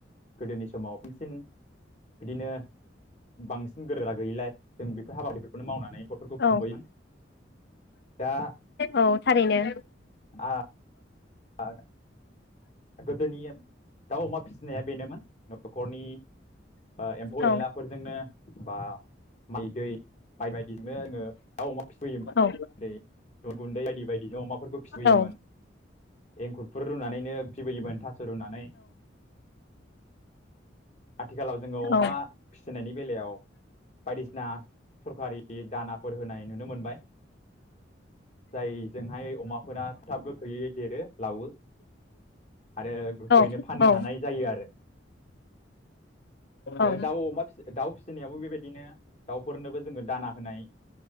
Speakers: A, on the left (about 40°); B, on the left (about 60°).
A: गोदो नि समाव बांसिन बिदिनो बांसिन गोरा गैयिलाय जों बेफोर हाबाफोरखौनो मावनानै नख'रखौ
B: औ
A: खुंबोयोमोन। दा
B: औ थारैनो।
A: आ आ गोदोनि दाउ अमा फिसिनाया बेनोमोन न'खरनि ओ एम्फौ
B: औ
A: एनलाफोरजोंनो बा माइ दै माइ बायदिजोंनो आङो दाउ अमा फिसियोमोन
B: औ
A: रै गुन्दै बायदि बायदिजोंनो अमाफोरखौ फिसियोमोन।
B: औ
A: एंखुरफोर रुनानैनो <unintelligible> रुनानै आथिखालाव जोङो अमा
B: औ
A: फिसिनायनि बेलायाव बायदिसिना सरखारि दानाफोर होनाय नुनो मोनबाय जायजोंहाय अमाफोरा थ थाब गोख्रोयै देरो लावो। आरो गोख्रैयैनो
B: औ
A: फाननो
B: औ
A: हानाय जायो आरो। आरो
B: औ
A: दाउ अमा फिसि दाउ फिसिनायाबो बेबायदिनो दाउफोरनोबो जोङो दाना होनाय